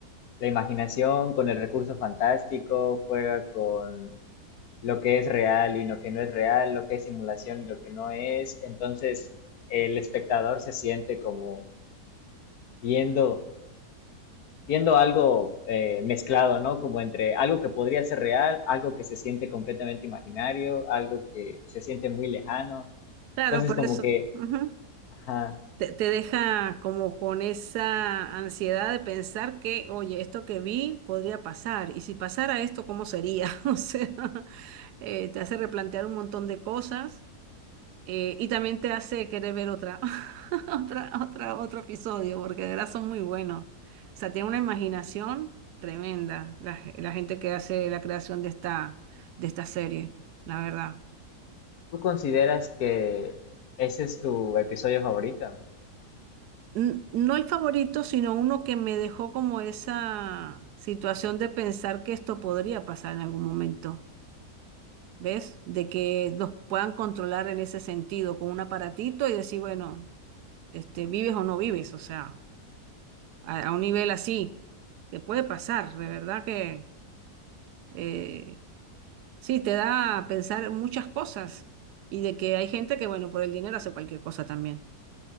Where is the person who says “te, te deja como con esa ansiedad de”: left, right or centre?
Right